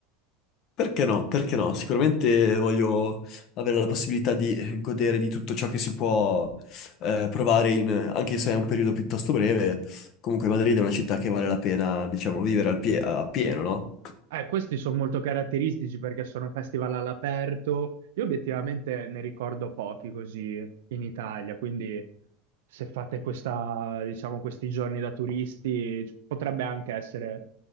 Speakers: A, on the left; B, on the right.
A: Perché no? Perché no? Sicuramente voglio avere la possibilità di godere di tutto ciò che si può eh, provare, in- anche se è un periodo piuttosto breve. Comunque Madrid è una città che vale la pena, diciamo, vivere al pie- a pieno, no?
B: Eh, questi sono molto caratteristici perché sono festival all'aperto. Io obiettivamente ne ricordo pochi così in Italia, quindi se fate questa, diciamo, questi giorni da turisti potrebbe anche essere